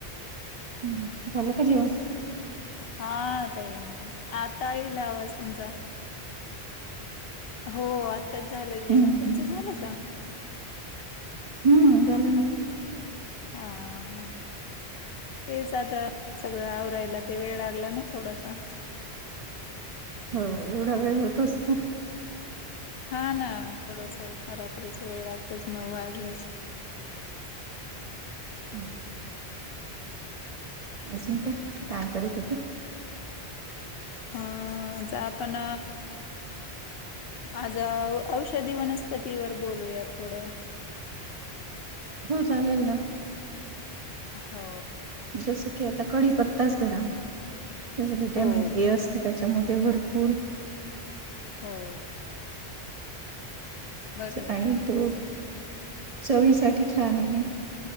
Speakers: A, on the right (about 45°); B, on the left (about 70°).
A: हम्म झालं का जेवण?
B: हा ताई, आता येईल आवाज तुमचा. हो. आत्ताच झालं जेवण
A: हम्म
B: तुमचं
A: हम्म
B: झालं का?
A: हम्म झालं ना.
B: हा. तेच आता सगळं आवरायला वेळ लागला ना. थोडासा.
A: हो. एवढा वेळ होतोच.
B: हा ना. थोडस रात्रीच वेळ लागतोच. नऊ वाजलेच.
A: हम्म ह् अजून काय? काय करत होत.
B: आज आपण. आज औषधी वनस्पतीवर बोलूया थोडं.
A: हो चालेल ना.
B: हो.
A: जस की आता कढीपत्ताच धरा त्यात विटॅमिन
B: हो
A: ए असत त्याच्यामध्ये भरपूर
B: हो. बरोबर
A: आणि
B: आहे
A: तो. चवीसाठी छान आहे.